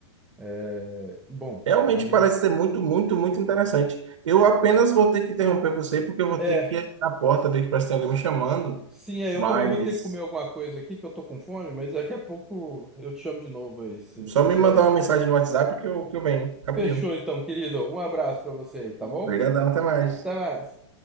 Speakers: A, in the centre; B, on the right.
A: é bom
B: Realmente
A: pra mim.
B: parece ser muito, muito, muito interessante. Eu apenas vou ter que interromper você porque eu vou
A: É,
B: ter que ir na porta ver que parece que tem alguém me chamando.
A: sim, é,
B: Mas
A: eu também vou ter que comer alguma coisa aqui, que eu tô com fome, mas daqui a pouco eu te chamo de novo aí, se
B: Só
A: se você
B: me
A: estiver
B: mandar
A: livre.
B: uma mensagem no WhatsApp que eu, que eu venho. Rapidinho.
A: Fechou então, querido. Um abraço pra você aí, tá bom?
B: Obrigadão, até mais.
A: Até mais.